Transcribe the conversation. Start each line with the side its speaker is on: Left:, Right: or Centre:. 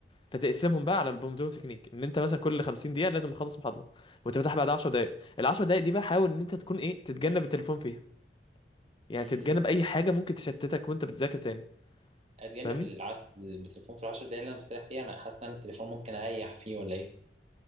Left: فتقسمهم بقى على البومودورو تكنيك ان انت مثلا كل 50 دقيقه لازم تخلص محاضره وتفتح بعد 10 دقائق ال 10 دقائق دي بقى حاول ان انت تكون ايه تتجنب التليفون فيها يعني
Right: ال-
Left: تتجنب اي حاجه ممكن تشتتك وانت بتذاكر تاني
Right: اتجنب
Left: فاهمني
Right: العش... التليفون في العشر دقايق اللي انا مستريح فيها انا حاسس ان أنا التليفون ممكن اريح فيه ولا ايه